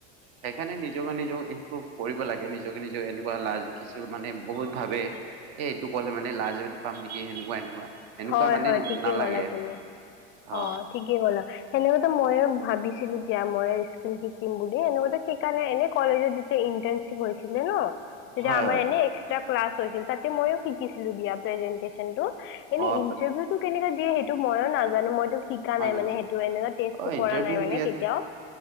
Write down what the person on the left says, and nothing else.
হ'য়,
হ'য় ঠিকে
ক'লা তুমি । অঁ
ঠিকে ক'লা । সেনেকুৱা মইয়ো ভাবিছিলো দিয়া, মই স্কিল শিকিম বুলি। এনেকুৱাটোত শিকা নাই ।এনেই কলেজত যেত্‌ তে ইণ্টান্তচিপ হৈছিলে ন' । তেতিয়া
এনেই এক্সট্ৰা ক্লাছ হৈছিল ।তাতে মইয়ো শিকিছিলো দিয়া প্ৰেজেণ্টেচনটো। এনেই
ইণ্টাৰভিউটো কনেকা দিয়ে সেইটো মইয়ো নাজানো। মইতো শিকা
নাই
মানে, সেইটো এনেকা টেষ্টটো
কৰা
নাই মানে,
কেতিয়াও ।